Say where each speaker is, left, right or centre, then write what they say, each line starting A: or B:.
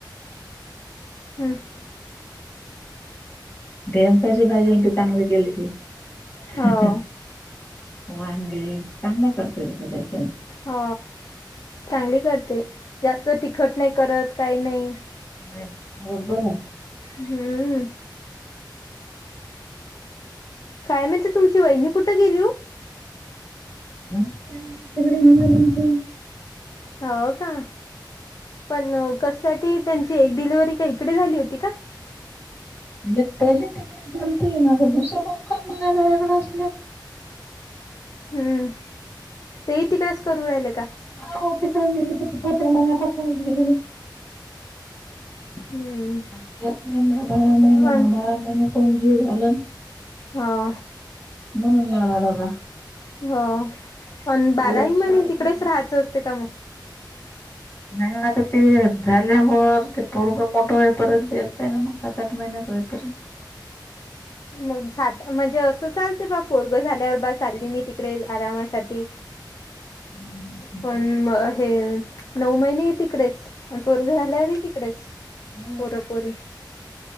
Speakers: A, on the left (about 50°); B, on the left (about 30°).
A: हम्म
B: ढेमसाची भाजी मोठी चांगली केलती. <unintelligible>
A: हो
B: वांगे. चांगला करता त्या तशा
A: हो. चांगली करते. जास्त तिखट नायी करत. कायी नायी.
B: नाही. बरोबर <unintelligible>
A: हम्म. काय म्हणते, तुमची वहिनी कुठं गेली ओ?
B: <unintelligible> आमच्याकडं मांगालीन ते.
A: हो, का? पण कसं ती त्यांची एक डिलिव्हरी काय इकडे, झाली होती का?
B: म्हणजे पहिले तिकड झालती. ये ना तर दुसरं प <unintelligible> का मलाला वेगडं असल्या.
A: हम्म. तेही तिकडेच करू राहिल का?
B: हा तिकडेच गेले <unintelligible> महि्यापासून <unintelligible> ग.
A: हम्म.
B: आता येत नाही. बारा महिने
A: अन
B: मग, बारा महिने कोण जीऊ घालन.
A: हा.
B: म्हणून लावला डबा.
A: हो. पण बाराही
B: पोरीला शाळेत
A: महिने तिकडेच राहायचं, असते का? मग.
B: नाही मग आता ते. झाल्या वर, ते पोरग मोठं होईपर्यंत येत नाही ना, मग. सात- आठ महिन्याच होईपर्यंत.
A: मग सा म्हणजे असं चालते, बा. पोरग झाल्यावर बा चालली मी तिकडे, आरामासाठी.
B: नाही
A: पण म हे. नऊ महिने ही तिकडेच. मग पोरग झाल्यावर ही तिकडेच.
B: नाही
A: पोर - पोरी.